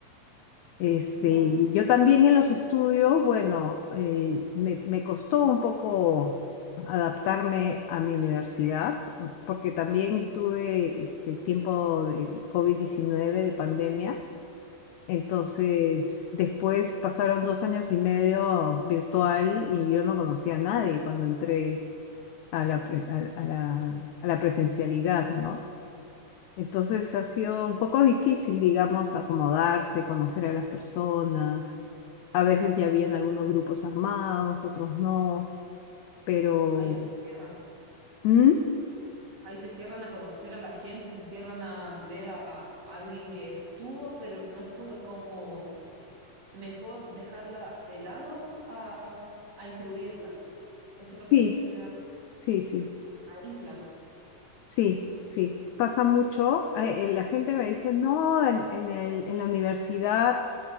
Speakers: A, on the left (about 85°); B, on the right (about 45°).
A: Este,
B: claro,
A: y yo también en los estudios, bueno, eh, me, me costó un poco adaptarme a mi universidad, porque también tuve este tiempo de covid diecinueve de pandemia. Entonces, después pasaron dos años y medio virtual y yo no conocía a nadie cuando entré a la, pre- a a la, a la presencialidad, ¿no? Entonces ha sido un poco difícil, digamos, acomodarse, conocer a las personas. A veces ya habían algunos grupos armados, otros no, pero
B: ahí se cierran,
A: ¿Mm?
B: ahí se cierran a conocer a la gente, se cierran a ver a alguien que estuvo, pero no estuvo, es como mejor dejarla de lado a, a incluirla. Eso es lo que
A: sí,
B: pasa generalmente
A: sí, sí,
B: en la isla.
A: sí, sí. Pasa mucho. eh, eh, la gente me dice, no, en, en el, en la universidad.